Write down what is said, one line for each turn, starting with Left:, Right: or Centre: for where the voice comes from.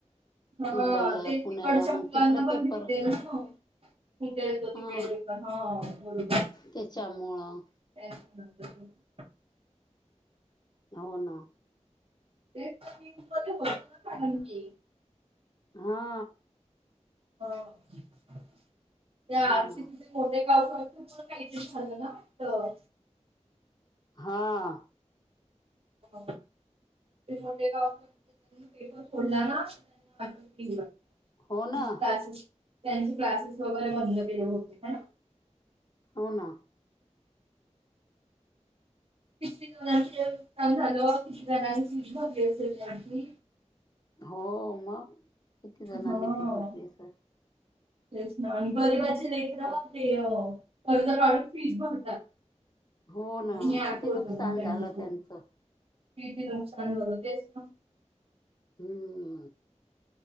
Right: हा
Left: मुंबईला
Right: ते
Left: पुण्याला
Right: तिकडच्या
Left: मग
Right: मुलांना
Left: तिकडे पेपर
Right: पण भेटेल ना तिथं ते
Left: हा
Right: प हा बरोबर
Left: त्याच्यामुळं
Right: ह
Left: हो ना,
Right: ते मध्ये ब कारण की,
Left: हा
Right: हो त्या
Left: हो
Right: आ
Left: ना
Right: मोे गाव खूप काही झालं ना तर
Left: हा
Right: हा ते मोठे गाव पेपर फोडला ना त्यांना वाटिलं.
Left: हो ना
Right: क्लासेस त्यांचे क्लासेस वगैरे बंद केले होते ना
Left: हो ना,
Right: किती जणांचे नुकसान झालं किती जणांची भाजली असेलली
Left: हो मग किती जणांनी
Right: हा
Left: फि भरली असेल
Right: तेच ना आणि गरिबाचे लेकर ते कर्ज काढून फीज भरतात
Left: हो ना
Right: आणि हे
Left: किती
Right: आक होत
Left: नुकसान
Right: मग त्यांच
Left: झालं त्यांचं
Right: किती नुकसान भरू देस ना
Left: हम्म